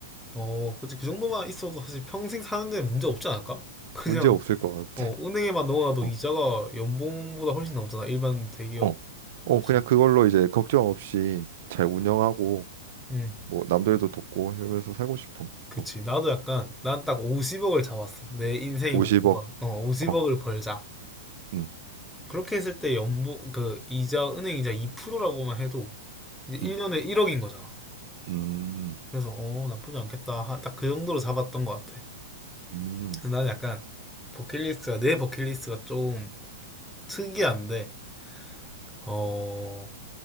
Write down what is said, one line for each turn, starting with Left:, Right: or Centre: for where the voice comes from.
Centre: 어, 그치. 그 정도만 있어도 사실 평생 사는데 문제 없지 않을까? 그냥
Right: 문제 없을 것 같아.
Centre: 어, 은행에만 넣어놔도
Right: 어,
Centre: 이자가 연봉보다 훨씬 넘잖아. 일반 대기업.
Right: 어, 어,
Centre: 그치.
Right: 그냥 그걸로 이제 걱정 없이 잘 운영하고
Centre: 응.
Right: 뭐 남들도 돕고 이러면서 살고 싶어.
Centre: 그치.
Right: 어,
Centre: 나도 약간, 난 딱 50억을 잡았어. 내 인생의
Right: 50억.
Centre: 목표가. 어, 50억을
Right: 어,
Centre: 벌자.
Right: 음,
Centre: 그렇게 했을 때 연봉, 그, 이자, 은행 이자 2%라고만 해도 이제 1년에
Right: 음,
Centre: 1억인 거잖아.
Right: 음,
Centre: 그래서, 어, 나쁘지 않겠다. 딱 그 정도로 잡았던 것 같아.
Right: 음.
Centre: 나는 약간, 버킷리스트가, 내 버킷리스트가 좀 특이한데, 어,